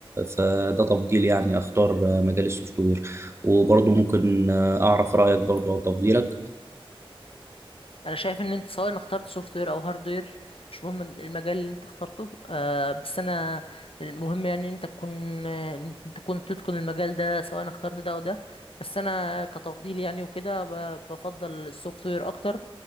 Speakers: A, on the right; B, on the left.
A: فده تفضيل يعني أختار آه، مجال السوفت وير وبرضو ممكن آه، أعرف رأيك برضو أو تفضيلك
B: انا شايف ان انت سواء اخترت سوفت وير او هارد وير مش مهم المجال اللي انت اخترته آه بس انا المهم يعني ان انت تكون آه، ان انت تكون تتقن المجال ده سواء اخترت ده او ده بس انا كتفضيل يعني وكده ب- بفضل السوفت وير اكتر